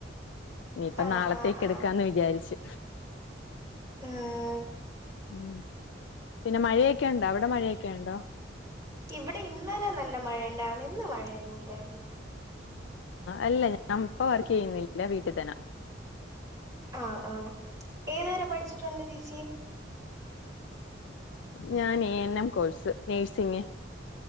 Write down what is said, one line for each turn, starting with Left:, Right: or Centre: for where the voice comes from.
Left: ന്നി ഇപ്പ
Right: ആ
Left: നാളത്തേക്ക്
Right: ആ ആ
Left: എടുക്കാന്ന് വിചാ ച്ച്
Right: ഏഹ്
Left: ഉം പിന്നെ മഴേക്കെണ്ടോ അവടെ മഴേക്കെണ്ടോ?
Right: ഇവിടെ ഇന്നലെ നല്ല മഴയ ഉണ്ടായിരുന്നു ഇന്ന് മഴയൊന്നുമല്ലായിരുന്നു
Left: അല്ല ഞൻ പ്പ വർകെയ്യിന്നില്ല വീട്ടി തെന്ന
Right: ആഹ് ആഹ്ഏതുവരെ പഠിച്ചിട്ടുണ്ട് ചേച്ചി
Left: ഞാൻ എ എൻ എം കോഴ്സ് നേഴ്സിംഗങ്